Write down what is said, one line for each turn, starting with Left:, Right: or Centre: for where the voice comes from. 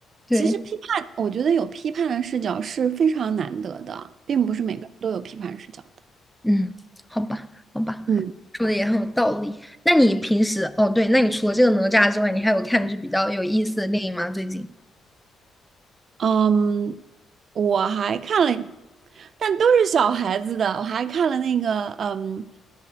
Centre: 对，
Right: 其实批判，我觉得有批判的视角是非常难得的，并不是每个人都有批判视角的。
Centre: 嗯，好吧，好吧，
Right: 嗯
Centre: 说的也很有道理。那你平时哦，对，那你除了这个哪吒之外，你还有看就是比较有意思的电影吗？最近？
Right: 嗯，我还看了，但都是小孩子的，我还看了那个，嗯，